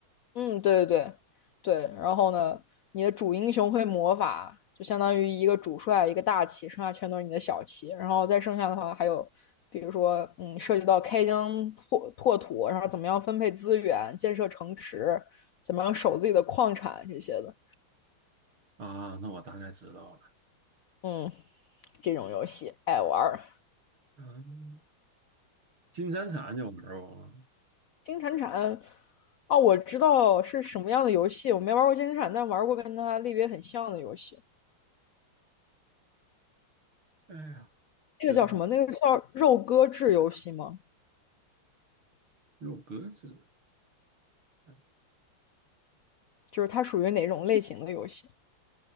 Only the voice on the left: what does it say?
嗯，对对对对。然后呢，你的主英雄会魔法，就相当于一个主帅，一个大旗，剩下全都是你的小旗。然后再剩下的话，还有比如说，嗯，涉及到开疆拓拓土，然后怎么样分配资源，建设城池，怎么样守自己的矿产这些的。
嗯，这种游戏爱玩儿。
金铲铲，哦，我知道是什么样的游戏，我没玩过金铲铲，但玩过跟它类别很像的游戏。
那个叫什么？那个叫肉鸽制游戏吗？
就是它属于哪种类型的游戏？